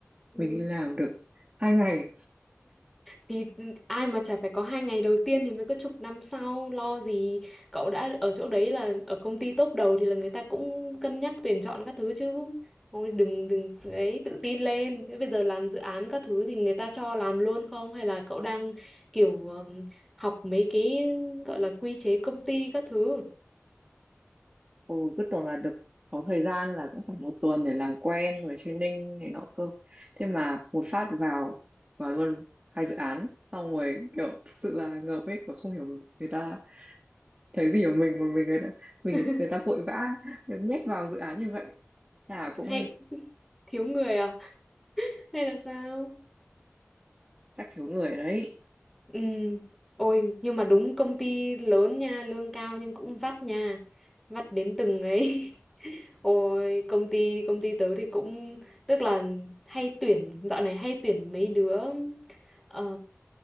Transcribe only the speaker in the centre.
Ừ.
Thì ai mà chả phải có hai ngày đầu tiên Thì mới có chục năm sau Lo gì cậu đã ở chỗ đấy là Ở công ty top đầu thì là người ta cũng Cân nhắc tuyển chọn các thứ chứ Thôi đừng đừng ấy tự tin lên Thế bây giờ làm dự án các thứ Thì người ta cho làm luôn không Hay là cậu đang kiểu ừm, Học mấy cái gọi là quy chế công ty các thứ
<laughs>
Hay thiếu người à Hay là sao
Ừ. Ôi nhưng mà đúng công ty lớn nha, lương cao nhưng cũng vắt nha. Vắt đến từng ấy. <laughs> Ôi công ty công ty tớ thì cũng tức là hay tuyển dạo này hay tuyển mấy đứa ờ,